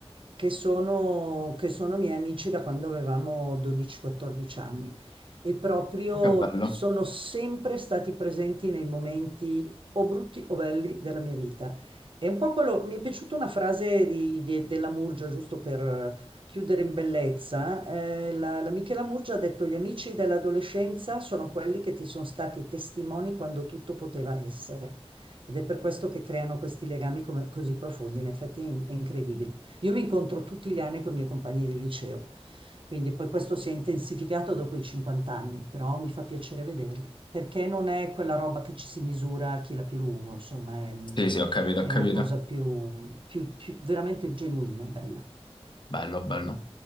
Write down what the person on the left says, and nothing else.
Ma che bello.
Sì, sì, ho capito, ho
capito.
Bello, bello.